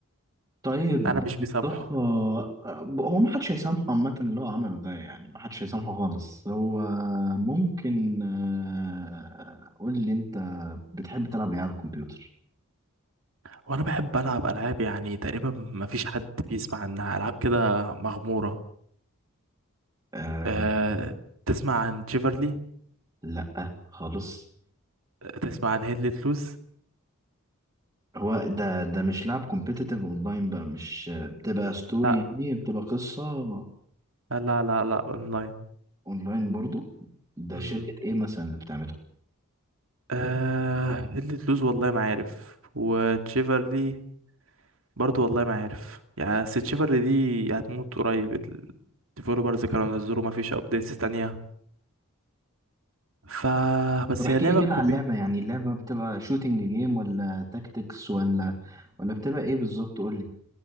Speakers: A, on the right; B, on the right.
A: طيب
B: انا مش
A: مصطفى
B: مسامحه
A: هو ما حدش هيسامحه عامة اللي هو عمله ده يعني ما حدش هيسامحه خالص هو ممكن آه، قول لي انت بتحب تلعب ايه على الكمبيوتر
B: وانا بحب العب العاب يعني تقريبا ما فيش حد بيسمع عنها العاب كده مغموره
A: آه
B: أه تسمع عن تشيفرلي
A: لا خالص
B: آه، تسمع عن هيدلت لوز
A: هو ده ده مش لعب كومبيتيتيف اونلاين بقى مش بتبقى ستوري
B: لا
A: يعني بتبقى قصة
B: لا لا لا اونلاين
A: اونلاين برضو ده
B: مم.
A: شركة ايه مثلا اللي بتعملها
B: أه هيدلت لوز والله ما عارف وتشيفرلي برضو والله ما عارف يعني بس تشيفرلي دي هتموت قريب الديفلوبرز كانوا نزلوا ما فيش ابديتس تانية ف بس
A: طب احكي
B: هي لعبة
A: لي كده
B: كومي
A: عن اللعبة يعني اللعبة بتبقى شوتينج جيم ولا تاكتكس ولا ولا بتبقى ايه بالظبط قول لي